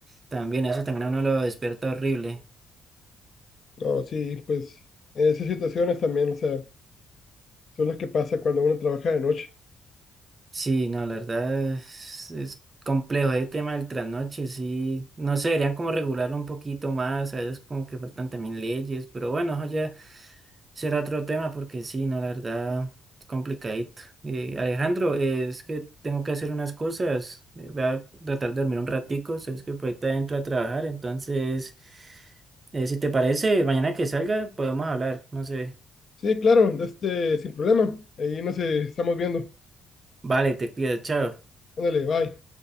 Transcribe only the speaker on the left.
No, sí, pues esas situaciones también, o sea, son las que pasa cuando uno trabaja de noche.
Sí, claro, este, sin problema. Ahí nos eh, estamos viendo.
Ándale, bye.